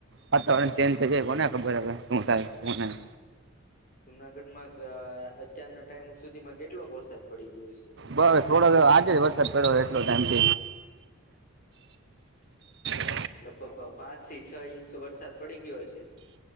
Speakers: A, on the right; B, on the left.
A: વાતાવરણ ચેન્જ થઈ જાય કોને ખબર હ શું થાય શું નહી.
B: જુનાગઢમાં અત્યારના ટાઈમો સુધીમાં કેટલોક વરસાદ પડી ગયો છે.
A: બસ થોડો આજે જ વરસાદ પડ્યો એટલો ટાઈમ થ <inaudible>
B: લગભગ પાંચ થી છ ઇંચ વરસાદ પડી ગયો છે.